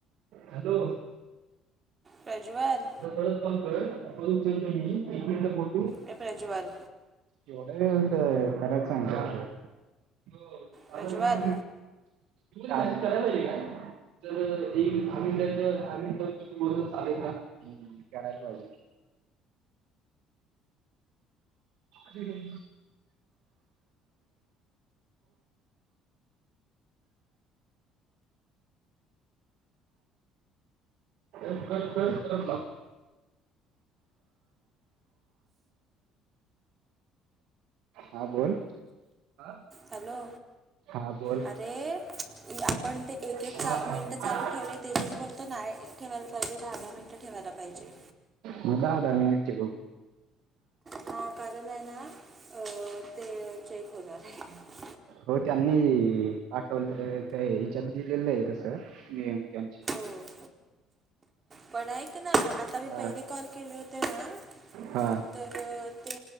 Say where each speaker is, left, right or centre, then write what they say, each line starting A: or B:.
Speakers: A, on the right; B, on the right.
A: हॅलो
B: प्रज्वल
A: <inaudible> परत फोन कर फोन उचलतो मी एक मिनिट बोल
B: ये प्रज्वल
A: एवढ्या व्यवस्थ कराय <inaudible>
B: प्रज्वल
A: <inaudible> कराय पाहिजे काय तर एक दहा मिनिटाच्या दहा मिनिट <inaudible> चालेल का करायला पाहिजे ठीक आहे कट कर परत लाव हा बोल हा.
B: हॅलो
A: हा बोल
B: अरे आपण ते एक एक
A: हा
B: चा मिनट
A: हा.
B: चालू ठेवलंय ते <inaudible> बोलतो ना ठेवायला पाहिजे दहा दहा मिनटं ठेवायला पाहिजे
A: मग दहा दहा मीनटं ठेऊ
B: हा कारण आहे ना अ ते चेक होणार आहे
A: हो त्यांनी पाठवले हेज्यात दिलेलं आहे तसं नियम त्यांचे
B: हो पण ऐक ना आता मी
A: हा
B: पहिले कॉल केले होते ना अं,
A: हा
B: तर ते